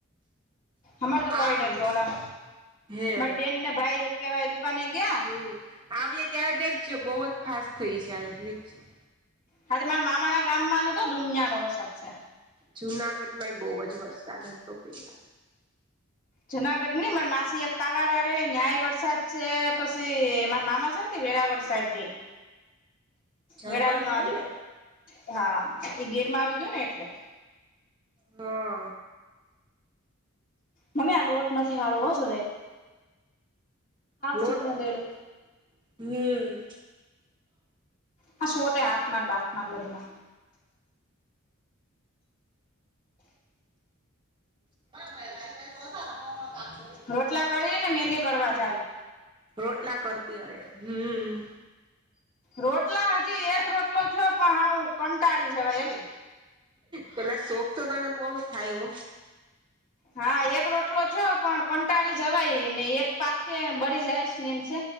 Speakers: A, on the left; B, on the right.
A: અમાર તો કોઈ
B: આવ્યું
A: નથી ઓલા
B: હે
A: મારી બેનને ભાઈ કેવાય દુકાને ગયા
B: હમ્મ આવીએ ત્યારે દેખજો બહુ જ ફાસ્ટ થઈ જાય આ દેખજે
A: ખાલી માર માામા ગામાને તો દૂનિયા નો વરસાદ છે.
B: જુનાગઢમાં એ બહુ જ વરસાદ હતો પેલા.
A: જુનાગઢ ને મારે માસી એક તાલાળ રે ત્યાંય વરસાદ છે પછી મારા મામા છે ને વેરાવળ સાઈડઈ
B: જંગલ
A: વેરાવર નો
B: રહ્યું
A: આજુ
B: ને
A: હા એઈ ગીર માં આવી ગયયો ને એટલે
B: હા
A: મમ્ી આ લોટ નથી સારો હો જોો ભાઈ
B: નોટ
A: સૂકનો દયડો
B: હમ
A: હા શોટે હાથ માર બાથમાર બધી માં
B: હલા ક
A: રોટલા કરી ને મહેંદી કરવા જ આવી
B: રોટલા કરતી હોય હમ
A: રોટલા હજી એક રોટલો છો પણ હું કંટાળી જવાય એલી
B: પેલા શોખ તો તને બહ થાય એ
A: હા એક રોટલો છો પણ કંટાળી જવાય ને એક પાક બળ જાય સ નેમસે